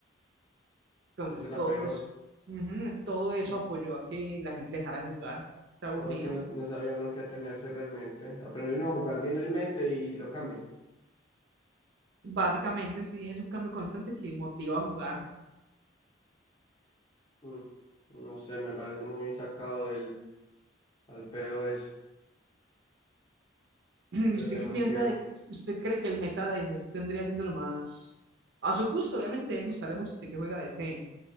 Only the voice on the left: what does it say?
eso era
peor,
no, es
no, es que no, no sabía uno qué atenerse realmente, aprender uno a jugar bien el meta y lo cambia,
Mm, No sé, me parece muy sacado del al pedo eso,
pero
demasiado.